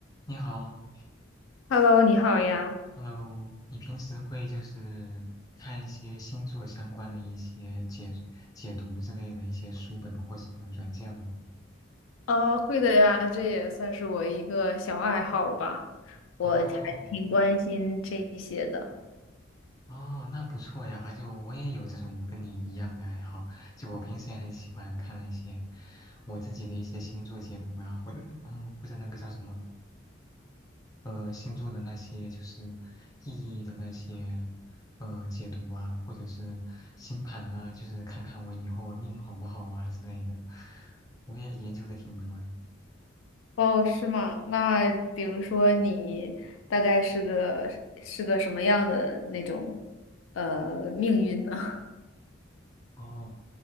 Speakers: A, on the left; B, on the left.
A: 你好
B: Hello，你好呀。
A: ，Hello，你平时会就是看一些星座相关的一些解解读之类的一些书本或者软件吗？
B: 呃，会的呀，这也算是我一个小爱好吧。我还挺关心这些的。
A: 哦，哦，那不错呀，就我也有这种跟你一样的爱好，就我平时也很喜欢看那些我自己的一些星座解读啊，或者嗯，或者那个叫什么呃星座的那些就是意义的那些呃解读啊，或者是星盘啊，就是看看我以后命好不好啊之类的，我也研究的挺多的。
B: 哦，是吗？那比如说你大概是个是个什么样的那种呃命运呢？<laughs>
A: 哦，